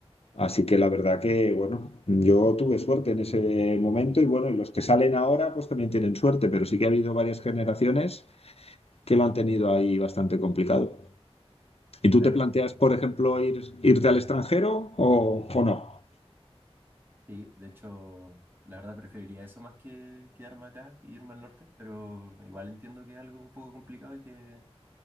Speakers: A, on the left (about 70°); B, on the right (about 20°).
A: Así que la verdad que, bueno, yo tuve suerte en ese momento y bueno, y los que salen ahora pues también tienen suerte, pero sí que ha habido varias generaciones que lo han tenido ahí bastante complicado. ¿Y tú
B: claro.
A: te planteas, por ejemplo, ir, irte al extranjero o, o no?
B: Sí, de hecho, la verdad preferiría eso más que quedarme acá e irme al norte, pero igual entiendo que es algo un poco complicado y que,